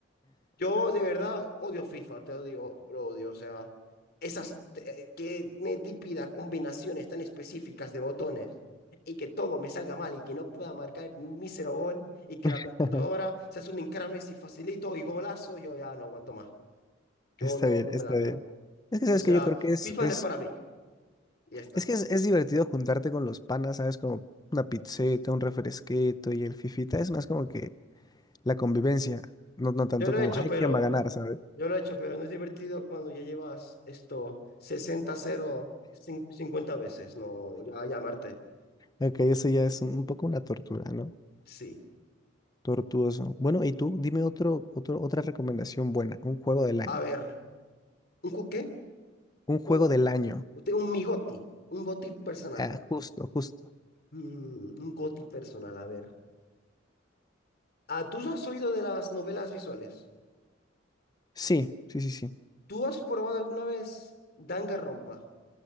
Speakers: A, on the left; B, on the left.
A: Yo de verdad odio FIFA, te odio, lo odio. O sea, esas, te- qué me típida combinaciones tan específicas de botones y que todo me salga mal y que no pueda marcar ni un mísero gol y que la
B: <laughs>
A: computadora se hace un encrame si facilito y golazo, yo ya no aguanto más. Yo,
B: Está
A: yo,
B: bien,
A: yo
B: está
A: me largo.
B: bien. Es que sabes
A: O sea,
B: que yo creo que es,
A: FIFA
B: es,
A: no es para mí. Y ya está.
B: es que es, es divertido juntarte con los panas, ¿sabes? Como una pizzeta, un refresquito y el fifita. Es más como que la convivencia, no, no tanto
A: Yo lo
B: como,
A: he hecho,
B: ay,
A: pero,
B: ¿quién va a ganar, sabes?
A: yo lo he hecho, pero no es divertido cuando ya llevas esto sesenta cero cincuenta veces, no, ya llamarte.
B: Ok, eso ya es un, un poco una tortura, ¿no?
A: Sí.
B: Tortuoso. Bueno, y tú, dime otro, otro, otra recomendación buena, un juego del año.
A: A ver, ¿un ju- qué?
B: Un juego
A: Un, ju-
B: del año.
A: usted- un mi goti, un goti personal.
B: Ah, justo, justo.
A: Mm, un goti personal, a ver. Ah, ¿tú has oído de las novelas visuales?
B: Sí, sí, sí, sí.
A: ¿Tú has probado alguna vez Danganronpa?